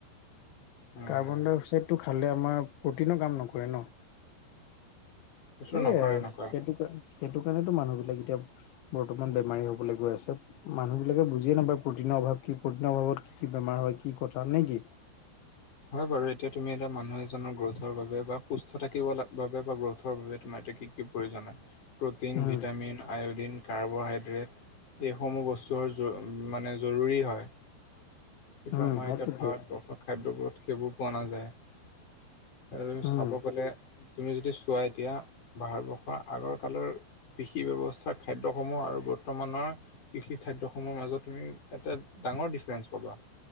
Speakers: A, on the left; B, on the left.
A: উম।
B: কাৰ্বন ডাই অক্সাইডটো খালে আমাৰ প্ৰ'টিনৰ কাম নকৰে ন?
A: সেইটো
B: সেইয়াই
A: নকৰে
B: আৰু
A: নকৰে।
B: সেইটো কাৰণে। সেইটো কাৰণেতো মানুহবিলাক এতিয়া বৰ্তমান বেমাৰী হ'বলৈ গৈ আছে। মানুহবিলাকে বুজিয়ে নাপায় প্ৰটিনৰ অভাৱ কি? প্ৰটিনৰ অভাৱত কি কি বেমাৰ হয়! কি কথা নে কি?
A: হয় বাৰু, এতিয়া তুমি এটা মানুহ এজনৰ গ্ৰ'থৰ বাবে বা সুস্থ থাকিব বাবে বা গ্ৰোথৰ বাবে তোমাৰ এতিয়া কি প্ৰয়োজন হয় প্ৰটিন,
B: উম
A: ভিটামিন, আয়ডিন কাৰ্বহাইড্ৰেট এই সমূহ বস্তু মানে জৰুৰী হয়। কিন্তু
B: উম
A: আমাৰ
B: সেইটোতো
A: এতিয়া ভাৰতবৰ্ষৰ খাদ্যবোৰত সেইবোৰ পোৱা নাযায়। আৰু চাব!
B: উম
A: কলে তুমি যদি চোৱা এতিয়া, ভাৰতবৰ্ষৰ আগৰ কালৰ! কৃষি ব্যৱস্থাৰ খাদ্যসমূহ আৰু বৰ্তমানৰ কৃষি খাদ্য সমূহৰ মাজত তুমি এটা। ডাঙৰ ডিফাৰেন্ঞ্চ পাবা।